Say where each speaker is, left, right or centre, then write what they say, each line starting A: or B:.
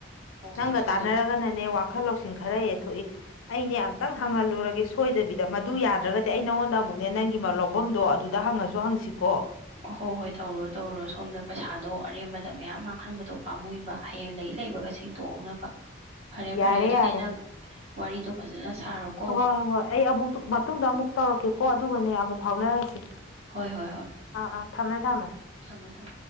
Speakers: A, on the right; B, on the left.
A: ꯍꯣꯏ
B: ꯅꯪꯒ
A: ꯍꯣꯏ ꯁꯣꯝꯗ
B: ꯇꯥꯟꯅꯔꯒꯅꯅꯦ ꯋꯥꯈꯜ ꯂꯧꯁꯤꯡ ꯈꯔ ꯍꯦ ꯊꯣꯛꯏ ꯑꯩꯅꯦ ꯇꯪ ꯍꯪꯍꯜꯂꯨꯔꯒꯦ ꯁꯣꯏꯗꯕꯤꯗ ꯃꯗꯨ ꯌꯥꯗ꯭ꯔꯒꯗꯤ ꯑꯩ ꯅꯪꯉꯣꯟꯗ ꯑꯃꯨꯛꯅꯦ ꯅꯪꯒꯤ ꯂꯧꯕꯝꯗꯣ ꯑꯗꯨꯗ ꯍꯉꯁꯨ ꯁꯨ ꯍꯪꯁꯤꯀꯣ
A: ꯍꯣ ꯍꯣꯏ ꯇꯧꯔꯣ ꯇꯧꯔꯣ ꯁꯣꯝꯗ ꯄꯩꯁꯥꯗꯣ ꯑꯔꯦꯝꯕꯗ ꯃꯌꯥꯝ ꯃꯥꯡ ꯍꯟꯕꯗꯣ ꯄꯥꯝꯃꯨꯏꯕ ꯍꯌꯦꯡ ꯂꯩ ꯂꯩꯕꯒ ꯁꯤꯡꯇꯣꯛꯍꯧꯅꯕ ꯐꯔꯦ
B: ꯌꯥꯔꯦ
A: ꯐꯔꯦ ꯑꯗꯨꯗꯤ
B: ꯌꯥꯔꯦ
A: ꯅꯪ ꯋꯥꯔꯤꯗꯣ ꯐꯖꯅ ꯁꯥꯔꯣꯀꯣ
B: ꯍ ꯍꯣꯏ ꯑꯩ ꯑꯃꯨꯛ ꯇꯨ ꯃꯇꯨꯡꯗ ꯑꯃꯨꯛ ꯇꯧꯔꯛꯀꯦꯀꯣ ꯑꯗꯨꯒꯅꯦ ꯑꯃꯨꯛ ꯐꯥꯎꯅꯔꯁꯤ
A: ꯍꯣꯏ ꯍꯣꯏ ꯍꯣꯏ
B: ꯑꯥ ꯑꯥ ꯊꯝꯃꯦ ꯊꯝꯃꯦ
A: ꯊꯝꯃꯣ ꯊꯝ